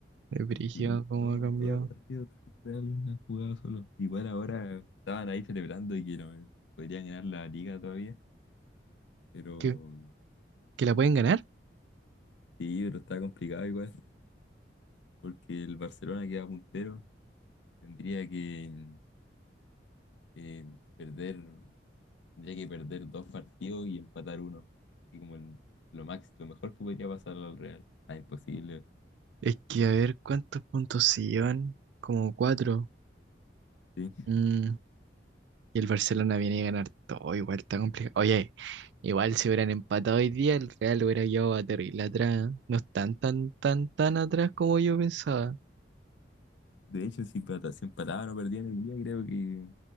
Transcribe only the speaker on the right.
Es brígido
cómo
ha cambiado.
¿Que, que la pueden ganar?
Es que a ver cuántos puntos se llevan. Como cuatro.
Mm, Y el Barcelona viene a ganar todo, igual está complicado. Oye, igual si hubieran empatado hoy día, el Real hubiera llevado a terrible atrás. ¿eh? No están tan, tan, tan atrás como yo pensaba.